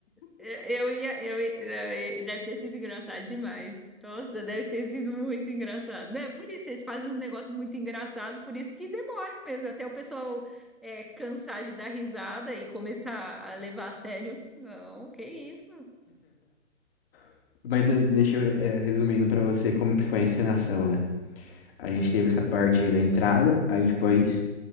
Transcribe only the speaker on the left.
<laughs> Mas eh, deixa eu, eh, resumindo pra você como que foi a encenação, né? A gente teve essa parte aí da entrada, aí depois